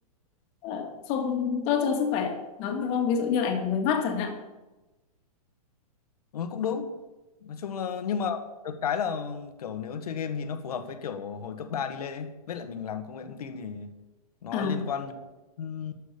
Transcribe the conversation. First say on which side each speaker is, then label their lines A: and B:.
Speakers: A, on the left; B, on the left.
A: ờ, không tốt cho sức khỏe lắm đúng không? Ví dụ như là ảnh hưởng với mắt chẳng hạn.
B: Ừ, cũng đúng. Nói chung là nhưng mà được cái là kiểu nếu chơi game thì nó phù hợp với kiểu hồi cấp 3 đi lên ấy. Với lại mình làm công nghệ thông tin thì nó
A: À,
B: liên quan nhiều đến